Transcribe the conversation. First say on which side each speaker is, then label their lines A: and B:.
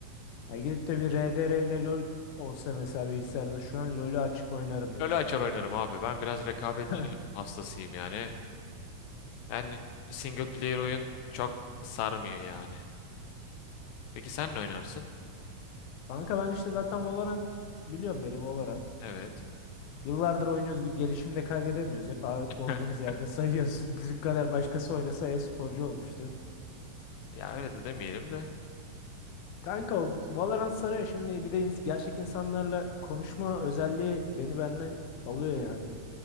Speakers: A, on the left; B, on the left.
A: Ya gidip de bir RDR ile LoL olsa mesela bilgisayarda şu an LoL'ü açıp oynarım diyorsun.
B: LoL'ü açar oynarım abi. Ben biraz rekabetçi
A: <laughs>
B: hastasıyım yani. Yani single player oyun çok sarmıyor yani. Peki sen ne oynarsın?
A: Kanka ben işte zaten Valorant biliyorum beni Valorant.
B: Evet.
A: Yıllardır oynuyoruz bir gelişim de kaydedemiyoruz. Hep a-
B: <laughs>
A: olduğumuz yerde sayıyoruz. <laughs> Bizim kadar başkası oynasa e-sporcu olmuştu.
B: Ya öyle de demeyelim de.
A: Kanka o Valorant sarıyor şimdi bir de ins- gerçek insanlarla konuşma özelliği beni benden alıyor yani.